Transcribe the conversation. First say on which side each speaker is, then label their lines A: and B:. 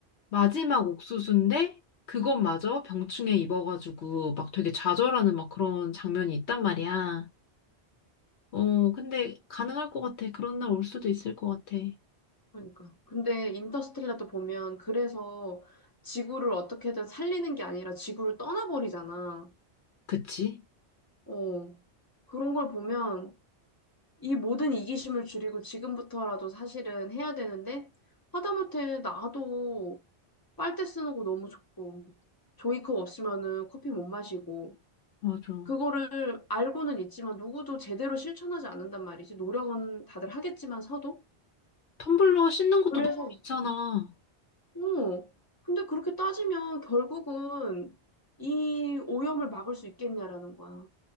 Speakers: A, on the left; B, on the left.
A: 마지막 옥수수인데 그것마저 병충해 입어가지고 막 되게 좌절하는 막 그런 장면이 있단 말이야. 어, 근데 가능할 것 같아. 그런 날 올 수도 있을 것 같아.
B: 그러니까. 근데 인터스텔라도 보면 그래서 지구를 어떻게든 살리는 게 아니라 지구를 떠나버리잖아.
A: 그치?
B: 어. 그런 걸 보면 이 모든 이기심을 줄이고 지금부터라도 사실은 해야 되는데 하다못해 나도 빨대 쓰는 거 너무 좋고 종이컵 없으면은 커피 못 마시고
A: 맞아.
B: 그거를 알고는 있지만 누구도 제대로 실천하지 않는단 말이지. 노력은 다들 하겠지만 서도.
A: 텀블러 씻는 것도
B: 그래서
A: 너무 귀찮아.
B: 어, 근데 그렇게 따지면 결국은 이 오염을 막을 수 있겠냐라는 거야.